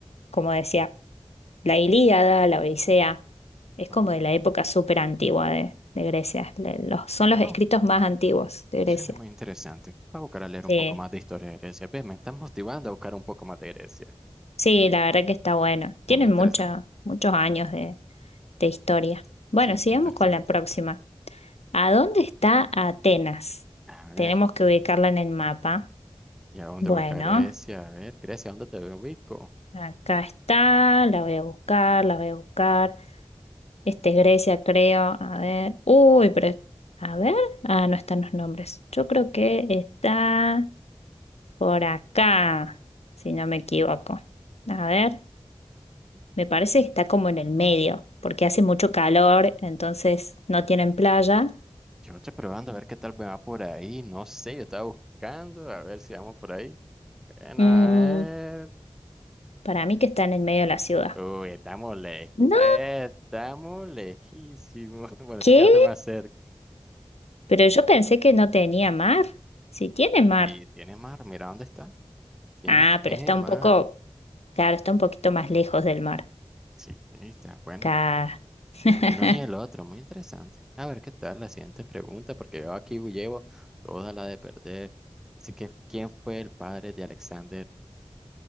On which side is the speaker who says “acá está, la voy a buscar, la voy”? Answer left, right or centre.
Left